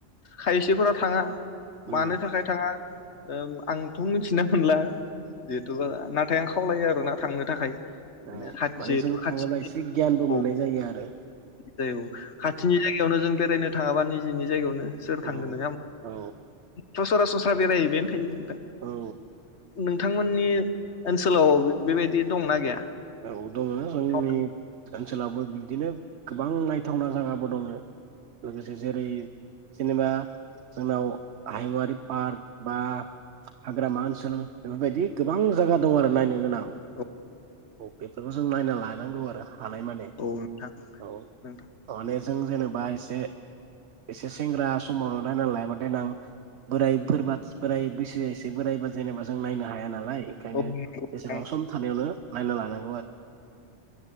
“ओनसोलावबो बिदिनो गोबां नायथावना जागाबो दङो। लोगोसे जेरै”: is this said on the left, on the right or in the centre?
Right